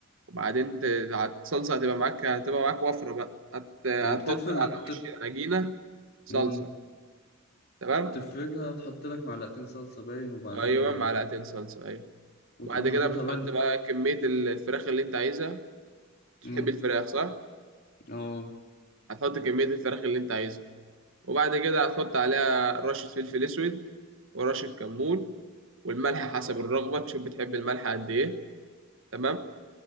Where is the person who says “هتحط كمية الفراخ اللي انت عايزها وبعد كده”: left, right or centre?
Right